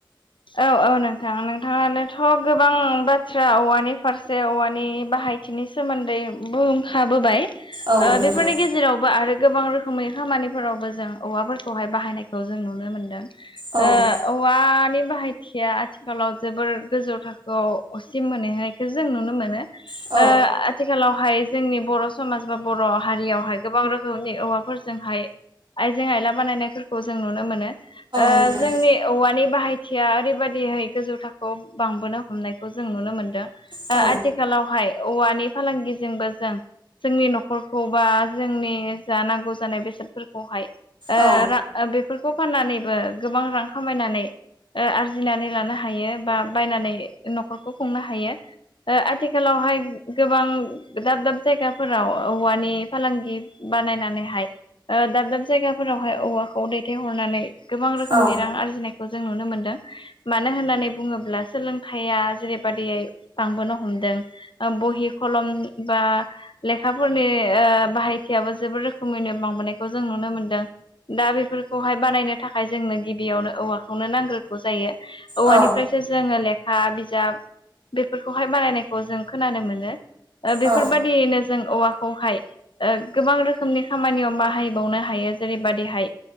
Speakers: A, on the left; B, on the right.
A: औ औ नोंथां नोंथाङानोथ' गोबां बाथ्रा औवानि फारसे औवानि बाहायथि नि सोमोन्दै बुंखाबोबाय
B: औ नंगौ
A: बेफोरनि गेजेरावबो आरो गोबां रोखोम रखोमै खामानिफोरावबो जों औवाफोरखौहाय बाहायनायखौ जों नुनो मोन्दों
B: बाहायनायखौ
A: ओ
B: औ
A: औवानि बा हायथिया आथिखालाव जोबोर गोजौ थाखोआव असिम मोनहैहोनायखौ जों नुनो मोनो ओ
B: औ
A: आथिखालाव हाय जोंनि बर' समाज बा बर' हारियावहाय गोबां रोखोमनि औवाफोरजोंहाय आइजें आइला बानायनायफोरखौ जों नुनो मोनो ओ
B: नंगौ
A: जोंनि औवानि बाहायथि यथिया ओरैबायदिहै गोजौ थाखोआव बांबोनो हमनायखौ जों नुनो मोन्दों
B: औ
A: आथिखालावहाय औवानि फालांगिजोंबो जों जोंनि न'खरखौ बा जोंनि जा नांगौ जानाय बेसादफोरखौहाय ओ
B: औ
A: रा बेफोरखौ फाननानैबो गोबां रां खामायनानै आरजिनानै लानो हायो बा बायनानै न'खरखौ खुंनो हायो ओ आथिखालावहाय गोबां दाब दाब जायगाफोराव औवानि फालांगि बानायनानैहाय दाब दाब जायगाफोरावहाय औवाखौ दैथायहरनानै गोबां रोखोमनि
B: औ
A: रां आरजिनायखौ जों नुनो मोनदों मानो होननानै बुङोब्ला सोलोंथाइया जेरैबायादियै बांबोनो हमदों बहि खलम बा लेखाफोरनि बाहायथियाबो जोबोद रोखोमैनो बांबोनायखौ जों नुनो मोनदों दा बेफोरखौहाय बानायनो थाखाय जोंनो गिबियावनो औवाखौनो नांग्रोगौ जायो औवानिफ्रायसो
B: औ
A: जोङो लेखा बिजाब बेफोरखौहाय बानायनायखौ जों खोनानो मोनो। बेफोरबायदियैनो
B: औ
A: जों औवा खौहाय गोबां रोखोमनि खामानियाव बाहायबावनो हायो जेरैबायदिहाय।